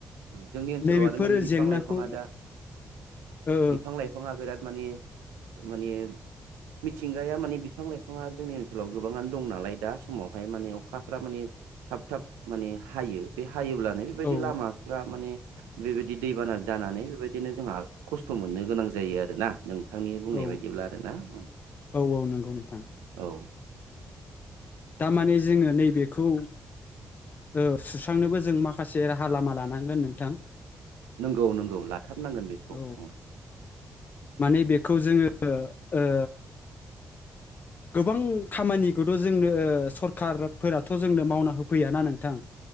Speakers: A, on the right (about 80°); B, on the left (about 50°).
A: जोंनि ओनसोलाव
B: नैबेफोर
A: आरो माने बिफां
B: जेंनाखौ
A: लाइफाङा दा
B: ओ
A: बिफां लाइफाङा बिराद माने माने मिथिंगाया माने बिफां लाइफाङा जोंनि ओनसोलाव गोबाङानो दं नालाय दा समावहाय माने अखाफ्रा माने थाब थाब माने हायो बे हा हायोब्लानो बेबायदि
B: औ
A: लामाफ्रा माने बेबायदि दैबाना जानानै बेबायदिनो जोंहा खस्थ मोननो गोनां जायो आरोना नोंथांनि बुंनाय
B: औ
A: बायदिब्ला आरोना उम
B: औ औ नंगौ नोंथां
A: औ
B: दां माने जोङो नैबेखौ ओ सुस्रांनोबो जों माखासे राहा लामा लानांगोन नोंथां
A: नंगौ नंगौ लाथारनांगोन बेखौ
B: औ
A: उम
B: माने बेखौ जोङो ओ गोबां खामानिखौथ जोंनो ओ सरखारफोराथ जोंनो मावना होफैयाना नोंथां?